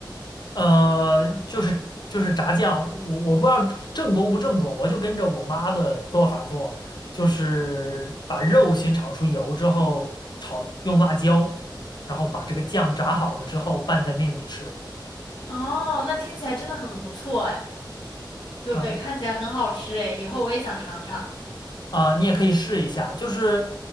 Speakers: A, on the left (about 60°); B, on the left (about 75°).
A: 呃，就是就是炸酱，我我不知道正宗不正宗，我就跟着我妈的做法做，就是把肉先炒出油之后炒，用辣椒，然后把这个酱炸好了之后拌在面里吃。
B: 哦，那听起来真的很不错哎。对，
A: 啊
B: 看起来很好吃哎，以后我也想尝尝。
A: 啊，你也可以试一下，就是